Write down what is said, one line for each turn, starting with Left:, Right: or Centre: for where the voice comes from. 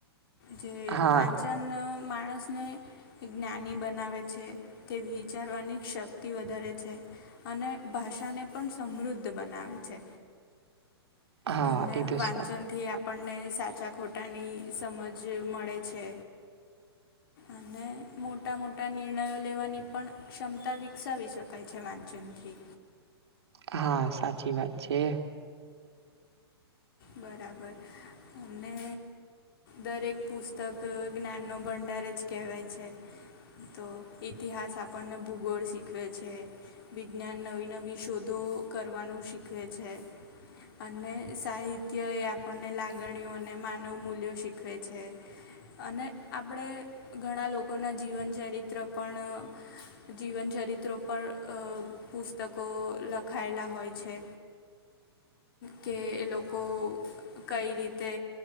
Left: જે
Right: હા
Left: વાંચન માણસને જ્ઞાની બનાવે છે તે વિચારવાની શક્તિ વધારે છે અને ભાષા ને પણ સમૃદ્ધ બનાવે છે
Right: હા
Left: અને
Right: એ તો
Left: વાચ
Right: સા
Left: નથી આપણને સાચા ખોટાની સમજ મળે છે અને મોટા મોટા નિર્ણયો લેવાની પણ ક્ષમતા વિકસાવી શકાય છે વાંચનથી
Right: હા સાચી વાત છે.
Left: બરાબર અને દરેક પુસ્તક જ્ઞાનનો ભંડાર જ કહેવાય છે. તો ઈતિહાસ આપણને ભૂગોળ શીખવે છે. વિજ્ઞાન નવી નવી શોધો કરવાનું શીખવે છે. અને સાહિત્ય કે એ આપણને લાગણીઓ અને માનવ મૂલ્યો શીખવે છે. અને આપણે ઘણા લોકોના જીવન ચરિત્ર પણ જીવનચરિત્રો પણ અ પુસ્તકો લખાયેલા હોય છે. કે એ લોકો કઈ રીતે